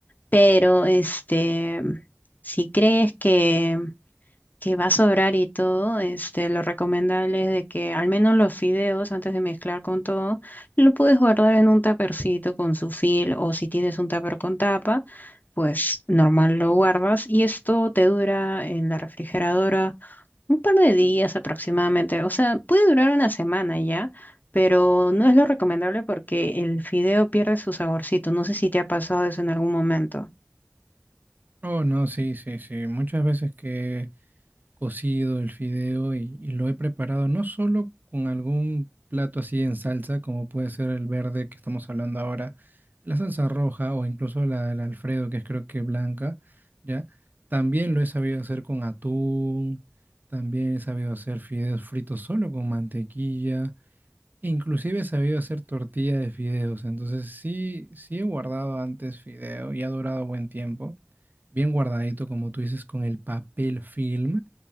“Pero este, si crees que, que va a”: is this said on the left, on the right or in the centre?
Left